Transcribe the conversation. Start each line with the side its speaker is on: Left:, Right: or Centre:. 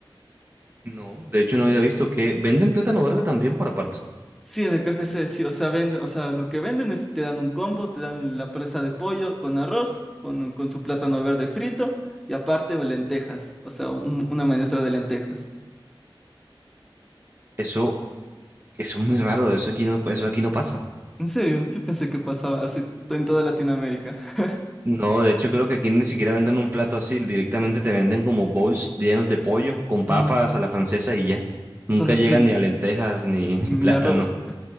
Right: No, de hecho no había visto que venden plátano verde también por aparte.
Centre: Sí, en el KFC, sí, o sea, venden, o sea, lo que venden es, te dan un combo, te dan la presa de pollo con arroz, con, con su plátano verde frito y aparte o lentejas, o sea, un- una menestra de lentejas.
Right: Eso, eso es muy raro, eso aquí no, eso aquí no pasa.
Centre: En serio, yo pensé que pasaba así en toda Latinoamérica. <laughs>
Right: No, de hecho creo que aquí ni siquiera venden un plato así, directamente te venden como bowls llenos de pollo, con papas
Centre: Ah,
Right: a la francesa y ya.
Centre: solo
Right: Nunca
Centre: así,
Right: llegan ni a lentejas, ni, <laughs> ni
Centre: mi
Right: plátanos,
Centre: arroz.